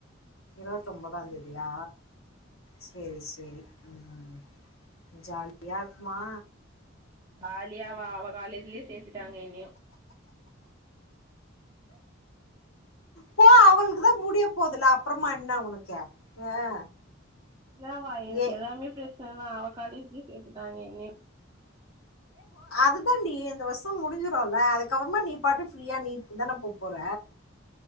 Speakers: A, on the left; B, on the right.
A: இருவத் தொம்பதாந் தேதியா சேரி சேரி உம் ஜாலியா இர்க்மா
B: ஜாலியாவ அவ காலேஜ்லயே சேத்துட்டாங்க என்னையு
A: போ அவளுக்குதா முடிய போதுல அப்புறமா என்ன உனக்கு ஆ
B: என்னவா எனக்கு
A: ஏ
B: எல்லாமே பிரச்சனதா அவ காலேஜ்லே செத்துடாங்கா என்னையு
A: அதுதா டி இந்த வருஷம் முடிஞ்சிரூல அதுக்கப்பறமா நீ பாட்டுக்கு ஃப்ரீயா நீ தான போ போற